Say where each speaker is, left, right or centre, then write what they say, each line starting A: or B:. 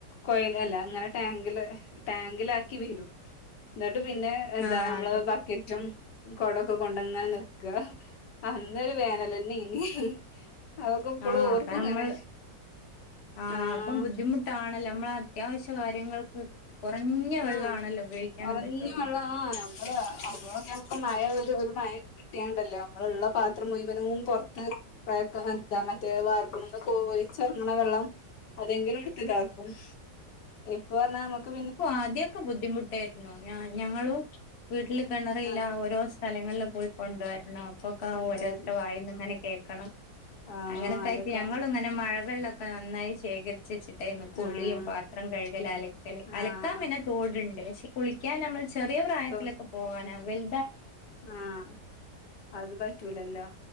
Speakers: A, on the left (about 70°); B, on the left (about 45°).
A: കൊയിൽ അല്ല അങ്ങനെ ടാങ്കില് ട്ടാങ്കിലാക്കി വെരും ന്ന്ട്ട് പിന്നെ എന്താ
B: ആഹ്
A: നമ്മള്
B: അതെ
A: ബക്കറ്റും കൊടൊക്കെ കൊണ്ടങ്ങനെ ന്ക്ക അന്നൊര് വേനലന്നേനി അതൊക്കെ ഇപ്പളും
B: ആ
A: ഓർക്കും
B: അപ്പ നമ്മള്
A: ഇങ്ങനെ
B: ആ
A: ആഹ്
B: അപ്പം ബുദ്ധിമുട്ടാണല്ലോ നമ്മളെ അത്യാവശ്യ കാര്യങ്ങൾക്ക് കുറഞ്ഞ
A: ആ
B: വെള്ളാണല്ലോ ഉപയോഗിക്കാനും
A: കൊറഞ്ഞ
B: പറ്റുള്ളൂ
A: വെള്ള ആ അപ്പൊക്കെ നമ്മക്ക് മഴ മഴൊക്കെ കിട്ട്യാണ്ടല്ലേ നമ്മളെള്ള പാത്രം മുയ് വനും പൊർത്ത് പ്രക്ക എന്താ മറ്റേ വാർപ്പ്മ്മന്നൊക്കെഒലിച്ചെറങ്ങ് ണ വെള്ളം അതെങ്കിലും ഇട്ത്ത്കാക്കും ഇപ്പൊ പറഞ്ഞാമ്മക്ക്
B: ആദ്യോക്കെ ബുദ്ധിമുട്ടായിര്ന്നു. ഞ ഞങ്ങളും വീട്ടില് കെണറില്ല.
A: ആഹ്
B: ഓരോരോ സ്ഥലങ്ങളില് പോയി കൊണ്ട് വരണം. പ്പൊക്ക
A: ഉണ്ട്
B: ഓരോര്ത്തരെ വായിന്ന് ഇങ്ങനെ കേക്കണം.
A: ആഹ്
B: അങ്ങനൊക്കായിറ്റ്
A: അതൊക്കെ
B: ഞങ്ങളുങ്ങനെ മഴവെള്ള നന്നായി ശേഖരിച്ച് വെച്ച്ട്ടേര്ന്നു കുളിയും
A: ആഹ്
B: പാത്രം കഴ്കല്, അലക്കല് അലക്കാൻ
A: ആഹ്
B: പിന്നെ തോട്ണ്ട്. പക്ഷെ കുളിക്കാൻ നമ്മള് ചെറിയ പ്രായത്തിലൊക്കെ
A: ഇപ്പൊ
B: പോകാനാ വൽ
A: ആഹ് അത് പറ്റൂലല്ലോ